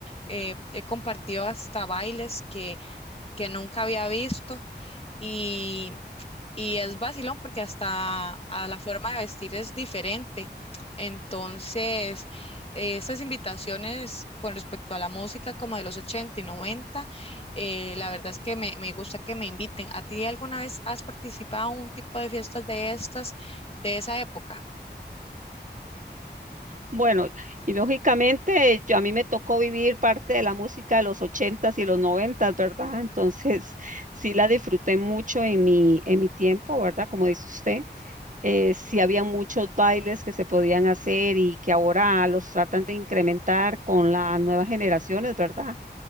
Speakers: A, on the left (about 30°); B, on the right (about 45°).
A: eh, he compartido hasta bailes que, que nunca había visto. Y y es vacilón porque hasta a la forma de vestir es diferente. Entonces, eh, esas invitaciones con respecto a la música como de los 80 y 90 eh, la verdad es que me, me gusta que me inviten. ¿A ti alguna vez has participado en un tipo de fiestas de estas, de esa época?
B: Bueno, y lógicamente yo a mí me tocó vivir parte de la música de los ochentas y los noventas, ¿verdad? Entonces <laughs> sí la disfruté mucho en mi, en mi tiempo, ¿verdad? Como dice usted, eh, sí había muchos bailes que se podían hacer y que ahora los tratan de incrementar con las nuevas generaciones, ¿verdad?